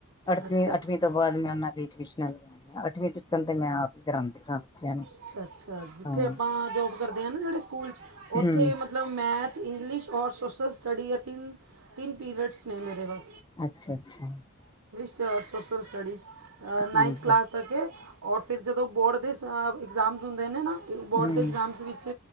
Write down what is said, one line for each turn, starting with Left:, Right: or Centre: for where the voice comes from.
Right: ਅੱਛਾ
Left: ਅੱਠਵੀ
Right: ਅੱਛਾ
Left: ਅੱਠਵੀਂ ਤੋਂ ਬਾਅਦ ਮੈਂ ਓਨਾਂ ਦੀ ਟਿਊਸ਼ਨਾਂ ਲਵਾਈਆਂ ਅੱਠਵੀਂ ਤੱਕਣ ਤੇ ਮੈਂ ਆਪ ਈ ਕਰਾਉਂਦੀ ਸਾਂ। ਬੱਚਿਆਂ ਨੂੰ।
Right: ਅੱਛਾ-ਅੱਛਾ ਜਿੱਥੇ
Left: ਹਾਂ
Right: ਆਪਾਂ ਜੋਬ ਕਰਦੇ ਆ ਨਾ ਜੇੜ੍ਹੇ ਸਕੂਲ 'ਚ ਉੱਥੇ
Left: ਹੂੰ
Right: ਮਤਲਬ ਮੈਥ ਇੰਗਲਿਸ਼ ਔਰ। ਸੋਸ਼ਲ ਸਟੱਡੀ ਜਾਂ ਤਿੰਨ-ਤਿੰਨ ਪੀਰੀਅਡਸ ਨੇ ਮੇਰੇ ਵੱਲ।
Left: ਅੱਛਾ-ਅੱਛਾ।
Right: ਸੋਸ਼ਲ ਸਟੱਡੀਜ਼
Left: ਠੀਕ
Right: ਨਾਈਨਥ ਕਲਾਸ
Left: ਹੈ
Right: ਤੱਕ ਏ ਔਰ ਫਿਰ ਜਦੋਂ ਬੋਰਡ ਦੇ ਸ ਅ ਇਗਜ਼ਾਮਸ ਹੁੰਦੇ ਨੇ ਨਾ ਬੋਰਡ
Left: ਹੂੰ
Right: ਦੇ ਇਗਜ਼ਾਮਸ ਵਿੱਚ